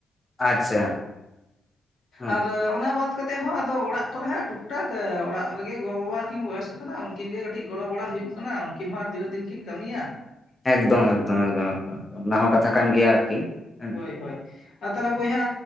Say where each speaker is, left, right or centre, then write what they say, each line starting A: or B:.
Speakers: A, on the left; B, on the left.
A: ᱟᱪᱪᱷᱟ ᱦᱮᱸ
B: ᱟᱨ ᱚᱱᱟ ᱵᱟᱫ ᱠᱟᱛᱮᱫ ᱦᱚᱸ ᱟᱫᱚ ᱚᱲᱟᱜ ᱠᱚᱨᱮ ᱦᱟᱜ ᱴᱩᱠᱴᱟᱠ ᱚᱲᱟᱜ ᱨᱮᱜᱮ ᱜᱳ ᱵᱟᱵᱟ ᱠᱤᱱ ᱵᱚᱭᱚᱥ ᱟᱠᱟᱱᱟ ᱩᱱᱠᱤᱱ ᱜᱮ ᱠᱟᱹᱴᱤᱡ ᱜᱚᱲᱚ ᱵᱟᱲᱟ ᱦᱩᱭᱩᱜ ᱠᱟᱱᱟ ᱠᱟᱱᱟ ᱩᱱᱠᱤᱱ ᱦᱚᱸ ᱟᱨ ᱛᱤᱱᱟᱹᱜ ᱫᱤᱱ ᱠᱤᱱ ᱠᱟᱹᱢᱤᱭᱟ
A: ᱮᱠᱫᱚᱢ
B: ᱦᱮᱸ
A: ᱮᱠᱫᱚᱢ ᱮᱠᱫᱚᱢ ᱚᱠᱫᱚᱢ ᱚᱱᱟ
B: ᱦᱮᱸ
A: ᱦᱚᱸ ᱠᱟᱛᱷᱟ ᱠᱟᱱ ᱜᱮᱭᱟ ᱟᱨᱠᱤ ᱦᱮᱸ
B: ᱦᱳᱭ ᱦᱳᱭ ᱟᱨ ᱛᱟᱦᱚᱞᱮ ᱵᱚᱭᱦᱟ